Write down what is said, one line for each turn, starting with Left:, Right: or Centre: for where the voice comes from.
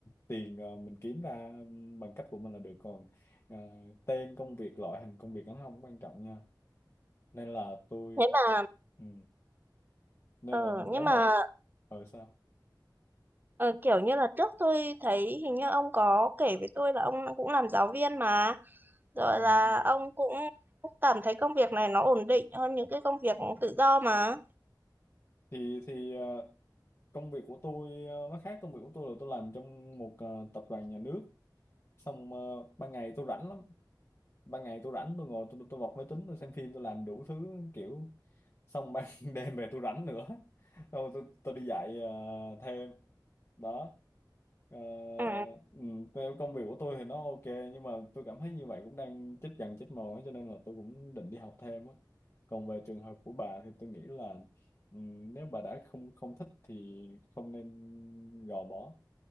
Left: tiền ờ, mình kiếm ra ừ, bằng cách của mình là được còn ờ, tên công việc loại hình công việc nó không quan trọng nha nên là tôi
Right: thế mà
Left: ừ, nên
Right: ờ
Left: mà nếu
Right: nhưng
Left: mà
Right: mà
Left: ở sao
Right: ờ, kiểu như là trước tôi thấy hình như ông có kể với tôi là ông cũng làm giáo viên mà Rồi
Left: ừ,
Right: là
Left: ừ.
Right: ông cũng cảm thấy công việc này nó ổn định hơn những cái công việc tự do mà.
Left: thì thì ờ, công việc của tôi ờ, nó khác công việc của tôi là tôi làm trong một ờ, tập đoàn nhà nước xong ờ, ban ngày tôi rảnh lắm ban ngày tôi rảnh tôi ngồi tôi tôi bật máy tính tôi xem phim tôi làm đủ thứ kiểu xong ban <laughs> đêm về tôi rảnh nữa tôi, tôi, tôi đi dạy ờ, thêm đó Ờ,
Right: Ừ,
Left: ừ, theo công việc của tôi thì nó ok nhưng mà tôi cảm thấy như vậy cũng đang chết dần chết mòn ấy, cho nên là tôi cũng định đi học thêm á còn về trường hợp của bà thì tôi nghĩ là ừ, nếu bà đã không không thích thì không nên gò bó